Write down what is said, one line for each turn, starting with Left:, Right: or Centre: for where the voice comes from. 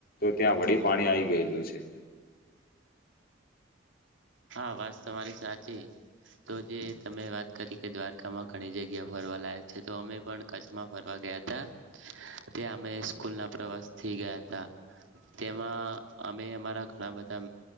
Left: ત્યાં વળી પાણી આવી ગયેલું છે
Right: હા વાત તમારી સાચી તો જે તમે વાત કરી કે દ્વારકામાં ઘણી જગ્યા ફરવા લયા છે તો અમે પણ કચ્છમાં ફરવા ગયા હતા ત્યા અમે સ્કૂલ ના પ્રવાસ થી ગયા તા તેમાં અમે અમારા ઘણા બધા